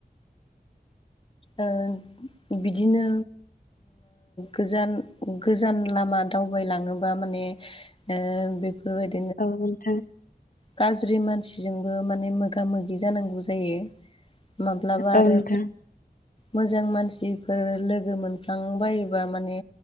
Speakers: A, on the left; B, on the left.
A: ओ बिदिनो गोजान गोजान लामा दावबायलाङोबा माने ओ बेफोरबायदि
B: औ नोंथां
A: गाज्रि मानसिजोंबो माने मोगा मोगि जानांगौ जायो माब्लाबा
B: औ
A: आरो
B: नोंथां
A: मोजां मानसिफोर लोगो मोनफ्लांबायोबा माने